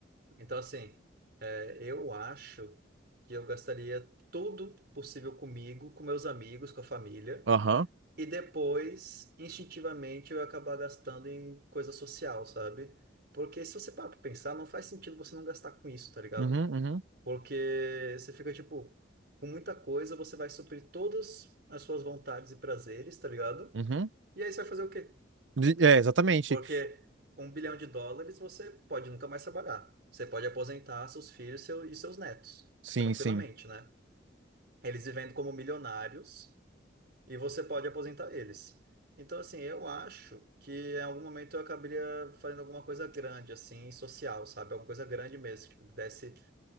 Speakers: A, on the right (about 60°); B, on the right (about 75°).
A: Então, assim, é, eu acho que eu gastaria tudo possível comigo, com meus amigos, com a família.
B: Aham.
A: E depois, instintivamente, eu ia acabar gastando em coisa social, sabe? Porque se você parar pra pensar, não faz sentido você não gastar com isso, tá ligado?
B: Uhum, uhum,
A: Porque você fica, tipo, com muita coisa, você vai suprir todas as suas vontades e prazeres, tá ligado?
B: uhum.
A: E aí você vai fazer o quê?
B: De- É, exatamente.
A: Porque um bilhão de dólares você pode nunca mais trabalhar. Você pode aposentar seus filhos seu- e seus netos,
B: Sim,
A: tranquilamente,
B: sim.
A: né? Eles vivendo como milionários e você pode aposentar eles. Então, assim, eu acho que em algum momento eu acabaria fazendo alguma coisa grande, assim, social, sabe? Alguma coisa grande mesmo, tipo, que tipo, desse